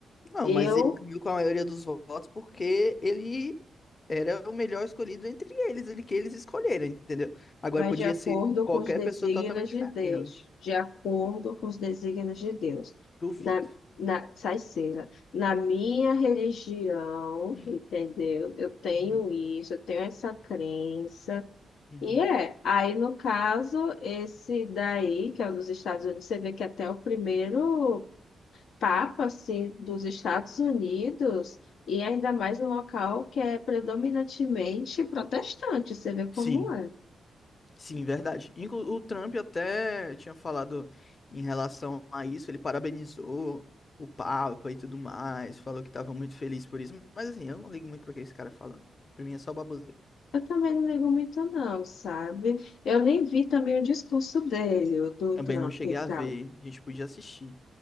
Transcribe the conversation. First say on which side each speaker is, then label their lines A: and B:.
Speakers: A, on the left; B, on the left.
A: Não,
B: Eu
A: mas ele ganhou com a maioria dos votos porque ele era o melhor escolhido entre eles, ele que eles escolheram, entendeu? Agora
B: vai
A: podia
B: de acordo
A: ser qualquer
B: com os desígnios
A: pessoa totalmente
B: de
A: diferente.
B: Deus, de acordo com os desígnios de Deus.
A: Duvido.
B: Na, na, sai cera. Na minha religião,
A: Hum.
B: entendeu? Eu tenho
A: Uhum,
B: isso, eu tenho essa crença.
A: uhum.
B: E é, aí no caso, esse daí, que é o dos Estados Unidos, você vê que até o primeiro papa, assim, dos Estados Unidos, e ainda mais no local que é predominantemente protestante, você vê como
A: Sim,
B: é.
A: sim, verdade. Inclu o Trump até tinha falado em relação a isso, ele parabenizou o Papa e tudo mais, falou que estava muito feliz por isso, mas assim, eu não ligo muito para que esse cara falando. Pra mim é só baboseira.
B: Eu também não ligo muito não, sabe? Eu nem vi também o discurso dele, o do
A: Também
B: Trump
A: não cheguei
B: e tal.
A: a ver, a gente podia assistir.